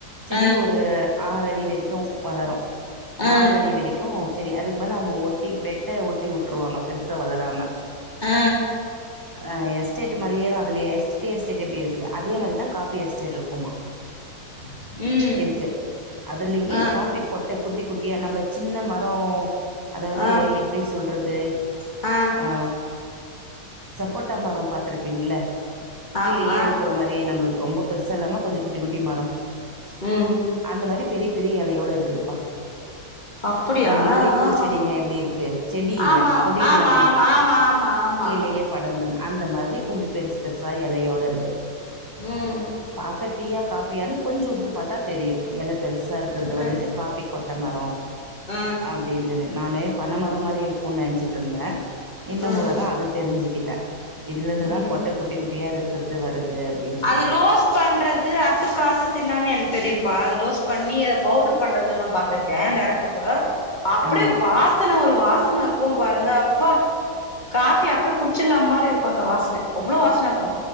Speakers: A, on the right; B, on the left.
A: செடி
B: ஆ
A: ஒரு ஆறடி வரைக்கு வளரு
B: ஆ
A: நாலடி வரைக் த்தும் செடி அதுக்கு மேலே அவுங்க ஒட்டி வெட்ட ஒட்டி விட்ருவாங்க பெருசா வளராம
B: ஆ
A: ஆ எஸ்டேட் மாரியேதா அதுலயே எஸ்ட் டீ எஸ்டேட் எப்டி இருக்கு அதே மாரிதா கா பி எஸ்டேட் இருக்குமா
B: ம்
A: இருக்கு அதுலயே
B: ஆ
A: காஃபி பொட்ட குட்டி குட்டியா நம்ம சின்ன மரோ அதாவது
B: ஆ
A: எப்டி சொல்றது
B: ஆ
A: ஆ சப்போட்டா மரோ பாத்திருப்பீங்ள கீழயே
B: ஆமா
A: இருக்கிற மாரி அப்டியே நம்மளுக்கு ரொம்ப பெருசா இல்லாம கொஞ்சோ குட்டி குட்டி மரோ
B: ம்
A: அந்த மாரி பெரிய பெரிய எலையோட இருக்குதுப்பா
B: அப்படியா
A: நம்ம மல்லி பூ
B: ஆஹா
A: செடிங்க எப்டி இருக்கு செடியில
B: ஆமா
A: கொடி
B: ஆமா
A: இல்லாம
B: ஆமா ஆமா ஆமா ஆமா
A: கீழே ஏ படர்ந்துன் அந்த மாரி கொஞ்சோ பெருசு பெருசா எலையோட இருக்கு
B: ம்
A: பாக்க டீயா காஃபியானு கொஞ்சோ உத்து பாத்தா தெரியு எல பெருசா இருக்குறது
B: சொல்றே
A: வந்துட்டு காஃபி கொட்ட மரோ
B: ஆ
A: அப்டின்டுனு நானு பணமர மாரி இருக்குனு நெனச்சிட்டு இருந்தே இந்த
B: ம்
A: முறை தா அதை தெரிஞ்சுக்கிட்டே இதுல இருந்துதா
B: ம்
A: கொட்டை குட்டி குட்டியா இருக்குறது வருது அப்படின்னு சொல்லிட்டு
B: அது ரோஸ் பண்றது அடுத்த ப்ராசஸ் என்னான்னு எனக்கு தெரியும்ப்பா அது ரோஸ்ட் பண்ணி அத பவுடுரு பண்றதுலா நா பார்த்திருக்கே டேரக்ட் விட்டா கூட அப்பிடியே
A: ஆ,
B: வாசனை ஒரு வாசனை இருக்கும் பாருங்க அப்பா காஃபி அப்பவே குடிச்சிட்லாம் மாரி இருக்கூ அந்த வாசனை அவ்வளோ வாசனை இருக்கு